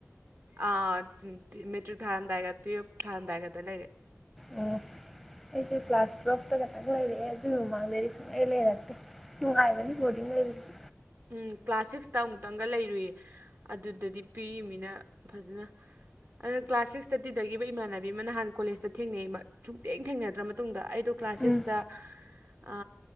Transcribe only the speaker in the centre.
ꯑꯣ ꯑꯩꯁꯨ ꯀ꯭ꯂꯥꯁ ꯇꯨꯌꯦꯜꯞꯇꯥ ꯈꯛꯇꯡ ꯂꯩꯔꯛꯑꯦ ꯑꯗꯨꯏ ꯃꯃꯥꯡꯗꯗꯤ ꯁꯨꯛꯂꯩ ꯂꯩꯔꯛꯇꯦ ꯅꯨꯡꯉꯥꯏꯕꯅꯤ ꯕꯣꯔꯗꯤꯡ ꯂꯩꯕꯁꯤ
ꯎꯝ